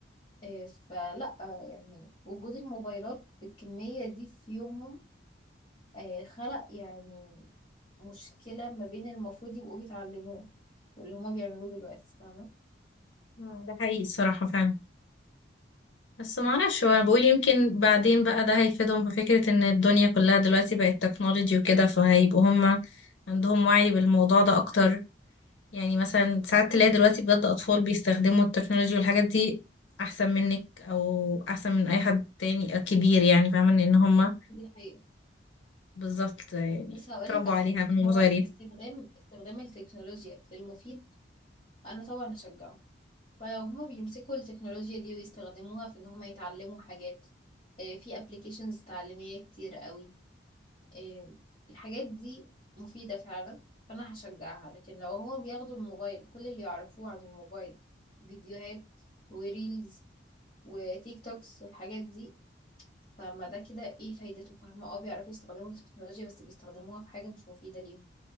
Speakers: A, on the left; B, on the left.
A: آه، فلا آه، يعني وجود الموبايلات بالكمية دي في يومهم آه، خلق يعني مشكلة ما بين المفروض يبقوا بيتعلموه واللي هما بيعملوه دلوقتي فاهمة
B: مم، ده حقيقي الصراحة فعلا بس ما اعرفش هو انا بقول يمكن بعدين بقى ده هيفيدهم في فكرة ان الدنيا كلها دلوقتي بقت تكنولوجي وكده فهيبقوا هم عندهم وعي بالموضوع ده اكتر يعني مثلا ساعات تلاقي دلوقتي بجد أطفال بيستخدموا التكنولوجيا والحاجات دي أحسن منك أو أحسن من أي حد تاني كبير يعني فاهمة لأن هما
A: دي الحقيقة
B: بالظبط يعني
A: بس هقولك
B: اتربوا
A: على
B: عليها
A: حاجة
B: من هما
A: هو
B: صغيرين
A: استخدام استخدام التكنولوجيا في المفيد أنا طبعا هشجعه فلو هما بيمسكوا التكنولوجيا دي ويستخدموها في ان هما يتعلموا حاجات آه، في ابلكيشنز تعليمية كتير قوي آه، الحاجات دي مفيدة فعلا فانا هشجعها لكن لو هما بياخدوا الموبايل كل اللي يعرفوه عن الموبايل فيديوهات وريلز وتيك توكس والحاجات دي فما ده كده ايه فايدته فاهمة اه بيعرفوا يستخدموا التكنولوجيا بس بيستخدموها في حاجة مش مفيدة ليهم